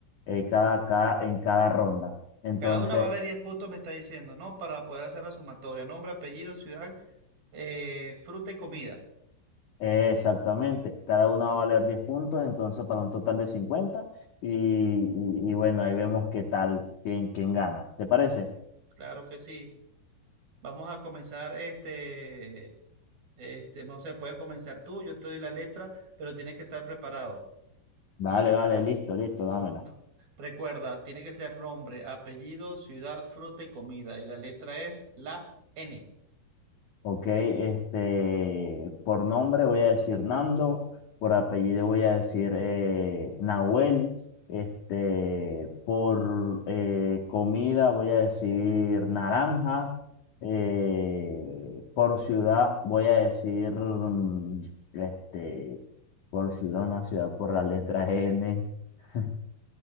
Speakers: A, on the left (about 65°); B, on the right (about 50°).
A: eh, cada, cada, en cada ronda. Entonces,
B: Cada una vale 10 puntos, me está diciendo, ¿no? Para poder hacer la sumatoria. Nombre, apellido, ciudad, eh, fruta y comida.
A: eh, exactamente, cada uno va a valer 10 puntos, entonces para un total de 50 y, y- y bueno, ahí vemos qué tal, quién, quién gana. ¿Te parece?
B: Claro que sí. Vamos a comenzar este, este, no sé, puedes comenzar tú, yo te doy la letra, pero tienes que estar preparado.
A: Vale, vale, listo, listo, dámela.
B: No. Recuerda, tiene que ser nombre, apellido, ciudad, fruta y comida. Y la letra es la N.
A: Ok, este, por nombre voy a decir Nando, por apellido voy a decir eh, Nahuel, este, por eh, comida voy a decir Naranja, eh, por ciudad voy a decir, mm, este, por ciudad, una ciudad por la letra N, <laughs>